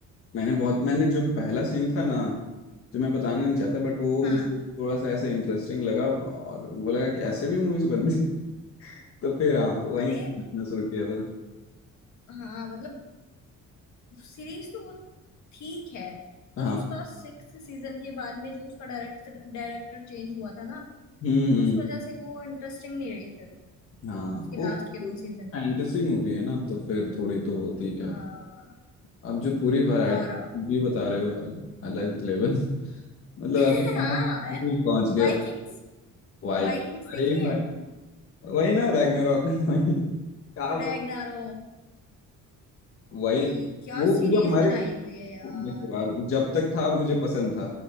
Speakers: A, on the left; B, on the left.
A: मैंने बहुत मैंने जो पहला सीन था ना जो मैं बताना नहीं चाहता बट वो मुझे
B: हाँ
A: थोड़ा सा ऐसे इंटरेस्टिंग लगा और वो लगा कि ऐसे भी मूवीज बनती हैं। <laughs> तो फिर हाँ वहीं
B: अरे
A: से देखना शुरू किया था
B: हाँ मतलब सीरीज तो वो ठीक है बस
A: हाँ
B: उसका सिक्स सीजन के बाद में जो उसका डायरेक्टर डायरेक्टर चेंज हुआ था ना
A: हम्म हम्म
B: उस वजह से वो इंटरेस्टिंग नहीं रही फिर
A: हाँ
B: उसके
A: वो
B: लास्ट के दो सीजन
A: फैंटेसी मूवी है ना तो फिर थोड़ी तो होती है
B: हाँ
A: अब जो पूरी वैरायटी
B: और
A: मूवी बता रहे हो यार अलग लेवल <laughs> मतलब
B: हाँ
A: अब कहाँ पहुंच गया
B: वाइकिंग्स
A: वाई
B: वाइकिंग्स देखिए
A: अरे भाई वही ना रैग्नारॉक <laughs> वही आप
B: रैग्नारो
A: वही
B: भाई क्या
A: वो
B: सीरीज
A: जब मर
B: बनाई हुई है
A: देखो
B: यार
A: यार जब तक था मुझे पसंद था